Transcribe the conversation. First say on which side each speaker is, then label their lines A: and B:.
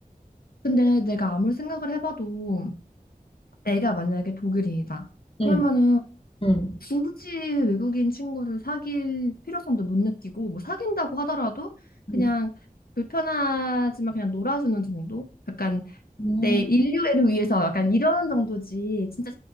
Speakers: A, on the left; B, on the left.
A: 근데 내가 아무리 생각을 해봐도 내가 만약에 독일인이다. 그러면은
B: 응, 응,
A: 굳이 외국인 친구를 사귈 필요성도 못 느끼고 뭐 사귄다고 하더라도 그냥
B: 응,
A: 불편하지만 그냥 놀아주는 정도? 약간
B: 응.
A: 내 인류애를 위해서 약간 이런 정도지 진짜